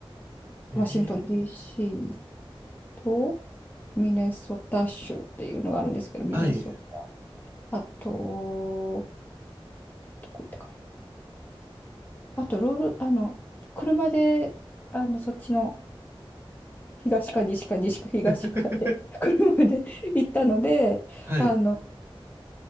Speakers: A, on the right; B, on the left.
A: えー、
B: ワシントン DC と、ミネソタ州っていうのがあるんですけど、ミネソ
A: はい。
B: あと、どこ行ったかな。あと、ロード、あの、車で、あの、そっちの東か西か西か東かで、
A: <laughs>
B: <laughs> 車で行ったので、
A: はい。
B: あの、